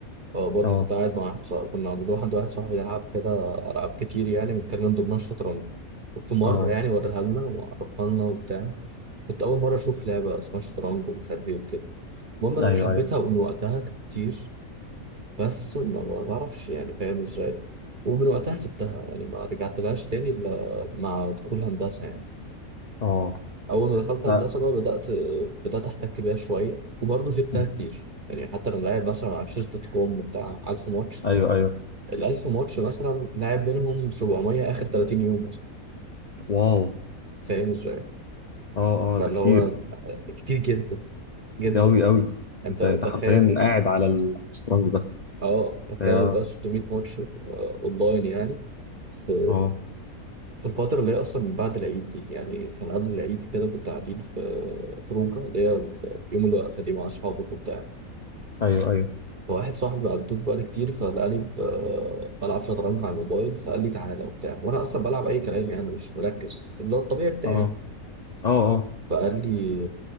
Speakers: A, on the right; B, on the left.
A: آه برضه
B: <laughs> اه
A: كنت قاعد مع واحد صاحبي كنا بنروح عند واحد صاحبي نلعب كده العاب كتير يعني كان من ضمنها الشطرنج وفي مره
B: اه
A: يعني وريها لنا وعرفها لنا وبتاع كنت اول مره اشوف لعبه اسمها شطرنج ومش عارف ايه وكده المهم إن
B: ايوه
A: انا حبيتها
B: ايوه
A: من وقتها كتير بس ما ما بعرفش يعني فاهم ازاي ومن وقتها سبتها يعني ما رجعتلهاش تاني الا مع دخول هندسه يعني
B: اه
A: اول ما دخلت هندسه
B: لا
A: بقى بدات بدات احتك بيها شويه وبرضه سبتها
B: مم.
A: كتير يعني حتى لما لعب مثلا على شيز دوت كوم بتاع 1000 ماتش
B: ايوه ايوه
A: ال 1000 ماتش مثلا لعب منهم 700 اخر 30 يوم مثلا
B: واو
A: فاهم ازاي؟
B: اه اه
A: فاللي
B: ده كتير
A: هو كتير جدا جدا
B: قوي قوي
A: انت
B: انت انت
A: تخيل
B: حرفيا قاعد على ال- على الشطرنج بس
A: اه تخيل
B: هي-
A: بقى 600 ماتش آه، اونلاين يعني في
B: اه
A: في الفترة اللي هي أصلا من بعد العيد دي يعني كان قبل العيد كده كنت قاعدين في خروجة اللي هي يوم الوقفة دي مع أصحابك وبتاع
B: ايوه ايوه
A: فواحد صاحبي ما قابلتوش بقالي كتير فلقاني ب- بلعب شطرنج على الموبايل فقال لي تعالى وبتاع وانا اصلا بلعب اي كلام يعني مش مركز اللي هو الطبيعي بتاعي
B: اه اه اه
A: فقال لي